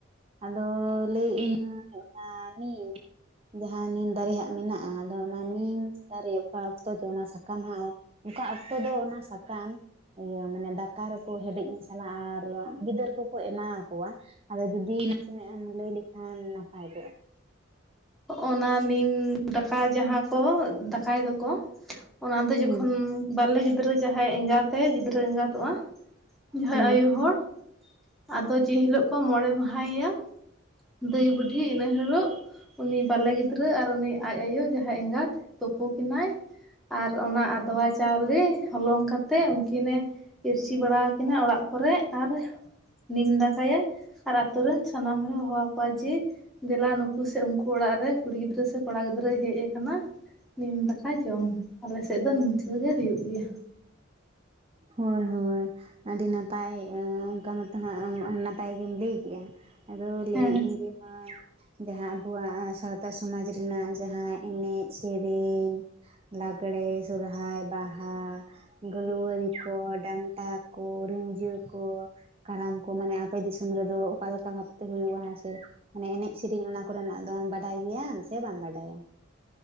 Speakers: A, on the right; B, in the centre.
A: ᱟᱫᱚ ᱞᱟᱹᱭᱮᱫ ᱤᱧ ᱚᱱᱟ ᱱᱤᱢ ᱡᱟᱦᱟᱸ ᱱᱤᱢ ᱫᱟᱨᱮ ᱦᱟᱸᱜ ᱢᱮᱱᱟᱜᱼᱟ ᱟᱫᱚ ᱚᱱᱟ ᱱᱤᱢ ᱫᱟᱨᱮ ᱚᱠᱟ ᱚᱠᱛᱚ ᱪᱚ ᱚᱱᱟ ᱥᱟᱠᱟᱢ ᱦᱟᱸᱜ ᱚᱠᱟ ᱚᱠᱛᱚ ᱫᱚ ᱚᱱᱟ ᱥᱟᱠᱟᱢ ᱤᱭᱟᱹ ᱢᱟᱱᱮ ᱫᱟᱠᱟ ᱨᱮᱠᱚ ᱦᱮᱰᱮᱡ ᱢᱮᱥᱟᱞᱟ ᱟᱨ ᱜᱤᱫᱟᱹᱨ ᱠᱚᱠᱚ ᱮᱢᱟ ᱠᱚᱣᱟ ᱟᱫᱚ ᱡᱩᱫᱤ ᱱᱟᱥᱮᱱᱟᱜ ᱮᱢ ᱞᱟᱹᱭ ᱞᱮᱠᱷᱟᱱ ᱱᱟᱯᱟᱭ ᱠᱚᱜᱼᱟ।
B: ᱚᱱᱟ ᱱᱤᱢ ᱫᱟᱠᱟ ᱡᱟᱦᱟᱸ ᱠᱚ ᱫᱟᱠᱟᱭ ᱫᱚᱠᱚ ᱚᱱᱟ ᱫᱚ
A: ᱦᱩᱸ
B: ᱡᱚᱠᱷᱚᱱ ᱵᱟᱞᱮ ᱜᱤᱫᱽᱨᱟᱹ ᱡᱟᱦᱟᱸᱭ ᱮᱸᱜᱟᱛᱮ ᱜᱤᱫᱽᱨᱟᱹ ᱮᱸᱜᱟᱛᱚᱜᱼᱟ ᱡᱟᱦᱟᱸᱭ
A: ᱦᱩᱸ
B: ᱟᱭᱳ ᱦᱚᱲ ᱟᱫᱚ ᱡᱮᱦᱤᱞᱚᱜ ᱠᱚ ᱢᱚᱬᱮ ᱢᱟᱦᱟᱭᱮᱭᱟ ᱫᱟᱹᱭ ᱵᱩᱰᱷᱤ ᱤᱱᱟᱹ ᱦᱤᱞᱚᱜ ᱩᱱᱤ ᱵᱟᱞᱮ ᱜᱤᱫᱽᱨᱟᱹ ᱟᱨ ᱩᱱᱤ ᱟᱡ ᱟᱭᱳ ᱡᱟᱦᱟᱸ ᱮᱸᱜᱟᱛ ᱛᱩᱯᱩ ᱠᱤᱱᱟᱭ᱾ ᱟᱨ ᱚᱱᱟ ᱟᱫᱽᱣᱟ ᱪᱟᱣᱞᱮ ᱦᱚᱞᱚᱝ ᱠᱟᱛᱮᱫ ᱩᱱᱠᱤᱱᱮ ᱤᱨᱪᱤ ᱵᱟᱲᱟᱠᱤᱱᱟᱹ ᱚᱲᱟᱜ ᱠᱚᱨᱮ ᱟᱨ ᱱᱤᱢ ᱫᱟᱠᱟᱭᱟᱭ ᱟᱨ ᱟᱛᱚ ᱨᱮᱱ ᱥᱟᱱᱟᱢ ᱦᱚᱲᱮ ᱦᱚᱦᱚ ᱡᱮ ᱫᱮᱞᱟ ᱱᱩᱠᱩ ᱥᱮ ᱩᱱᱠᱩ ᱚᱲᱟᱜ ᱨᱮ ᱠᱩᱲᱤ ᱜᱤᱫᱽᱨᱟᱹ ᱥᱮ ᱠᱚᱲᱟ ᱜᱤᱫᱽᱨᱟᱹᱭ ᱦᱮᱡ ᱟᱠᱟᱱᱟ᱾ ᱱᱤᱢ ᱫᱟᱠᱟ ᱡᱚᱢ ᱟᱞᱮ ᱥᱮᱫ ᱫᱚ ᱱᱤᱝᱠᱟᱹ ᱜᱮ ᱦᱩᱭᱩᱜ ᱜᱮᱭᱟ᱾
A: ᱦᱳᱭ ᱦᱳᱭ᱾ ᱟᱹᱰᱤ ᱱᱟᱯᱟᱭ ᱚᱱᱠᱟ ᱢᱟᱛᱚ ᱦᱟᱸᱜ ᱱᱟᱯᱟᱭ ᱜᱮᱢ ᱞᱟᱹᱭ ᱠᱮᱫᱼᱟ᱾ ᱟᱫᱚ ᱞᱟᱹᱭᱮᱫ
B: ᱦᱮᱸ
A: ᱤᱧ ᱡᱮ ᱢᱟ ᱡᱟᱦᱟᱸ ᱟᱵᱚᱣᱟᱜ ᱥᱟᱶᱛᱟ ᱥᱚᱢᱟᱡᱽ ᱨᱮᱱᱟᱜ ᱡᱟᱦᱟᱸ ᱮᱱᱮᱡ ᱥᱮᱨᱮᱧ ᱞᱟᱜᱽᱲᱮ, ᱥᱚᱨᱦᱟᱭ, ᱵᱟᱦᱟ᱾ ᱞᱩᱣᱟᱹᱨᱤ ᱠᱚ, ᱰᱟᱱᱴᱟ ᱠᱚ, ᱨᱤᱸᱡᱟᱹ ᱠᱚ᱾ ᱠᱟᱨᱟᱢ ᱠᱚ ᱢᱟᱱᱮ ᱟᱯᱮ ᱫᱤᱥᱚᱢ ᱨᱮᱫᱚ ᱚᱠᱟᱞᱮᱠᱟ ᱵᱷᱟᱵᱽᱛᱮ ᱦᱩᱭᱩᱜᱼᱟ ᱦᱮᱸ ᱥᱮ? ᱢᱟᱱᱮ ᱮᱱᱮᱡ ᱥᱮᱨᱮᱧ ᱚᱱᱟ ᱠᱚᱨᱮᱱᱟᱜ ᱫᱚᱢ ᱵᱟᱰᱟᱭ ᱜᱮᱭᱟᱢ ᱥᱮ ᱵᱟᱢ ᱵᱟᱰᱟᱭᱟ?